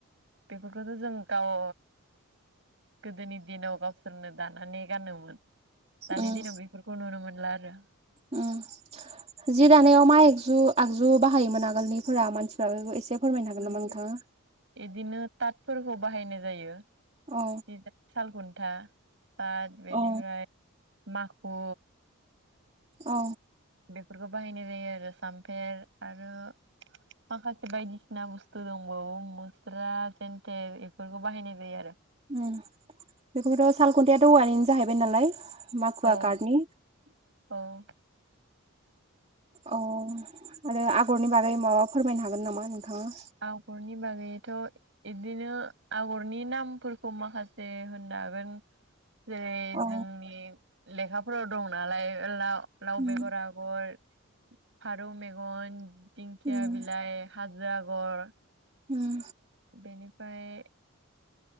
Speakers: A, on the right; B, on the right.
A: बेफोरखोथ' जों गाव गोदोनि दिनाव गावसोरनो दानानै गानोमोन दानि
B: उम
A: दिनाव बेफोरखौ नुनो मोनला आरो
B: उम जि दानायाव मा एगजु आगजु बाहायोमोन आगोलनिफोरा मानसिफ्राबो एसे फोरमायनो हागोन
A: मान
B: नामा नोंथाङा?
A: एदिनो तातफोरखौ बाहायनाय जायो
B: अ
A: जि सालखुन्था ओ दा बेनिफ्राय
B: अ
A: माखु
B: अ
A: बेफोरखौ बाहायनाय जायो आरो सामफेर आरो माखासे बायदिसिना बुस्थु दंबावो मुस्रा जन्थेल बेफोरखौ बाहायनाय जायो आरो।
B: उम बेखौबोथ' सालखुन्थियायाथ' औवानिनो जाहैबाय नालाय माखुवा
A: आरो
B: खारटनि
A: औ औ
B: अ आरो आगरनि बागै माबा फोरमायनो हागोन नामा नोंथाङा?
A: आगरनि बागैथ' इदिनो आगरनि नामफोरखौ माखासे होनना जागोन जेरै
B: औ
A: जोंनि लेखाफोराव दं नालाय लाव लाव
B: उम
A: बेगर आगर फारौ मेगन दिंखिया
B: उम
A: बिलाइ हाजो आगर
B: उम
A: बेनिफ्राय